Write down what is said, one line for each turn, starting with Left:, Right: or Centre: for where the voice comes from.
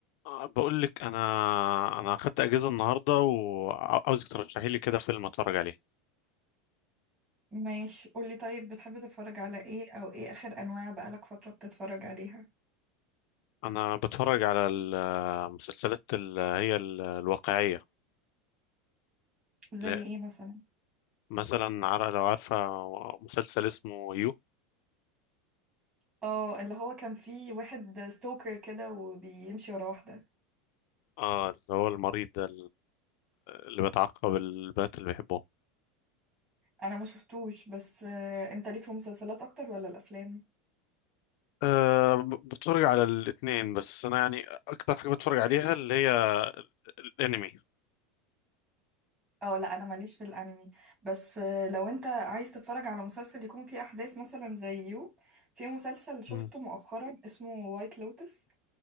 Left: آه، بقول لك انا انا اخدت اجازه النهارده وعاوزك ترشحي لي كده فيلم اتفرج عليه
Right: ماشي قولي طيب بتحبي تتفرج على ايه او ايه اخر انواع بقالك فترة بتتفرج عليها
Left: انا بتفرج على المسلسلات اللي هي ال- آه، الواقعيه
Right: زي
Left: لا،
Right: ايه مثلا
Left: مثلا عر- لو عارفه مسلسل اسمه يو
Right: اه اللي هو كان فيه واحد ستوكر كده وبيمشي ورا واحدة
Left: اه اللي هو المريض ده اللي بيتعقب البنات اللي بيحبوه
Right: انا ما شفتوش بس آه، انت ليك في المسلسلات اكتر ولا الافلام
Left: أه ب- بتفرج على الاثنين بس انا يعني اكتر حاجه بتفرج عليها اللي هي الانمي
Right: اه لا انا ماليش في الانمي بس آه، لو انت عايز تتفرج على مسلسل يكون فيه احداث مثلا زي يو في مسلسل شفته
Left: مم.
Right: مؤخرا اسمه وايت لوتس